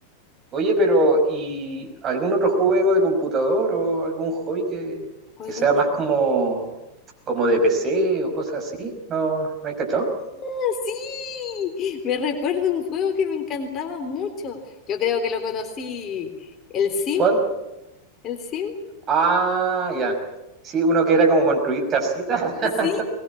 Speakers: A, on the right; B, on the left.
A: Oye, pero ¿y algún otro juego de computador o algún hobby que,
B: juegos
A: que sea
B: de...
A: más como, como de PC o cosas así? ¿No, no hay cachado?
B: ¡Ah, sí! Me recuerdo un juego que me encantaba mucho. Yo creo que lo conocí, el Sim,
A: ¿Cuál?
B: el Sim.
A: Ah, ya. Sí, uno que era como construir casitas. <laughs>
B: Sí,